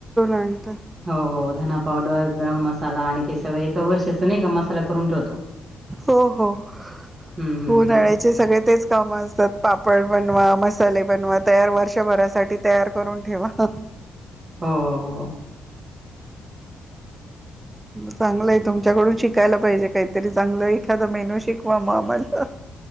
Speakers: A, on the right (about 15°); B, on the right (about 30°).
A: पंत <unintelligible>
B: हो -हो धना पावडर, गरम मसाला आणि ते सगळ एका वर्षाच नाही मसाला करून ठेवतो.
A: हो- हो <inaudible>
B: हम्म हम्म
A: उन्हाळ्याचे
B: हम्म
A: सगळे तेच काम असतात पापड बनवा, मसाले बनवा तयार वर्षभरासाठी तयार करून ठेवा. <inaudible>
B: हो- हो.
A: म चांगलंय तुमच्याकडून शिकायला पाहिजे काहीतरी चांगलं एखादा मेनू शिकवा मग आम्हाला <inaudible>